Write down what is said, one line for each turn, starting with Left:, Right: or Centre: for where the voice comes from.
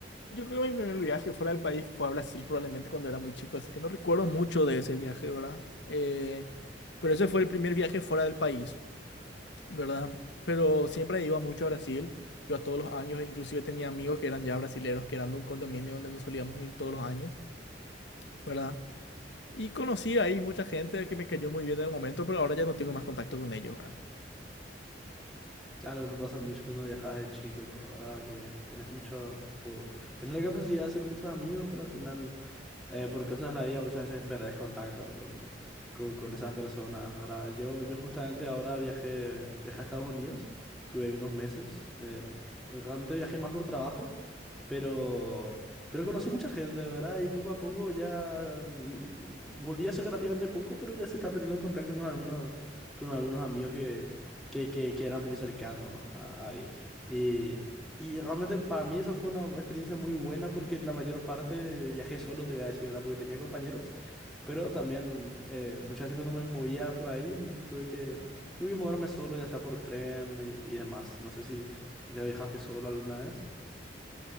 Left: Yo creo que mi primer viaje fuera del país fue a Brasil probablemente cuando era muy chico, así que no recuerdo mucho de ese viaje, ¿verdad? Eh, pero ese fue el primer viaje fuera del país, ¿verdad? Pero siempre iba mucho a Brasil, iba todos los años, e inclusive tenía amigos que eran ya brasileros, que eran de un condominio donde nos solíamos ir todos los años, ¿verdad? Y conocí ahí mucha gente que me cayó muy bien en el momento, pero ahora ya no tengo más contacto con ellos, ¿verdad?
Centre: Claro, eso pasa mucho cuando viajas de chico, ¿verdad? Que tenés mucho, po- tenés la capacidad de hacer muchos amigos, pero al final... eh, por cosas de la vida muchas veces perdés contacto con, con- con esas personas, ¿verdad? Yo, yo justamente ahora viajé, viajé a Estados Unidos, tuve unos meses, eh, realmente viajé más por trabajo, pero, pero conocí mucha gente, ¿verdad? Y poco a poco ya mm, volví hace relativamente poco, pero ya se está perdiendo el contacto con algunos, con algunos amigos que, que, que, que eran muy cercanos a- ahí. Y, y realmente para mí eso fue una experiencia muy buena porque la mayor parte viajé solo, te voy a decir, ¿verdad? Porque tenía compañeros, pero también eh, muchas veces cuando me movía por ahí mm, tuve que, tuve que moverme solo, ya sea por tren y, y demás. No sé si ya viajaste solo alguna vez.